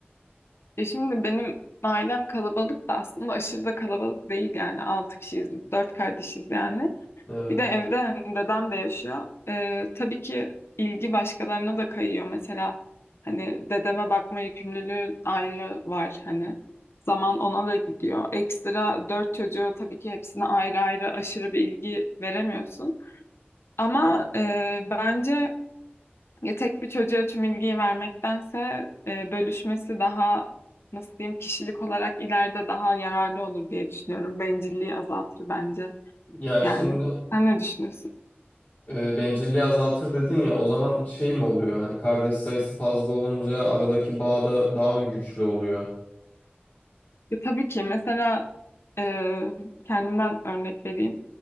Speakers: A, on the left; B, on the left.
A: E şimdi benim ailem kalabalık da aslında aşırı da kalabalık değil yani. Altı kişiyiz, dört kardeşiz yani.
B: Evet
A: Bir de evde hani dedem de yaşıyor. E, tabii ki ilgi başkalarına da kayıyor. Mesela hani dedeme bakma yükümlülüğü ayrı var hani. Zaman ona da gidiyor. Ekstra dört çocuğu tabii ki hepsine ayrı ayrı aşırı bir ilgi veremiyorsun. Ama e, bence ya tek bir çocuğa tüm ilgiyi vermektense e, bölüşmesi daha nasıl diyeyim kişilik olarak ileride daha yararlı olur diye düşünüyorum. Bencilliği azaltır bence
B: ya
A: yani.
B: şimdi
A: Sen ne düşünüyorsun?
B: e, bencilliği azaltır dedin ya o zaman şey mi oluyor hani kardeş sayısı fazla olunca aradaki bağ da daha mı güçlü oluyor?
A: Ya tabii ki mesela e, kendimden örnek vereyim.